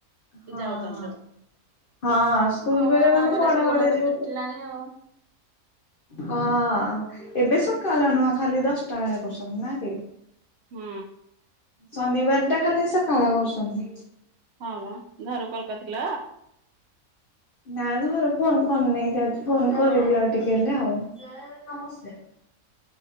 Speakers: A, on the left; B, on the right.
A: ହଁ।
B: ଯାଉଛନ୍ତି ଯୋଉ।
A: ହଁ ସ୍କୁଲ
B: ହଁ ବା
A: ପିଲାମାନେ
B: କଣ କରିବା
A: ପଢା
B: ସ୍କୁଲ
A: ପଢି
B: ତ
A: ଯଉ
B: ଫିଟିଲାଣି ଆଉ।
A: ହଁ ଏବେ ସକାଳ ନୁହଁ ଖାଲି ଦଶଟା ବେଲୁଆ କରୁଛନ୍ତି ନାଁ କି?
B: ହୁଁ।
A: ଶନିବାର ଟା ଖାଲି ସକାଳେ କରୁଛନ୍ତି।
B: ହଁ ବା ଘରୁ କଲ୍ କରିଥିଲ?
A: ନା ଘର ଫୋନ କରି ନେଇ ଯାଉଛି ଫୋନ କରିବି ଆଉ ଟିକେ ହେଲେ ଆଉ।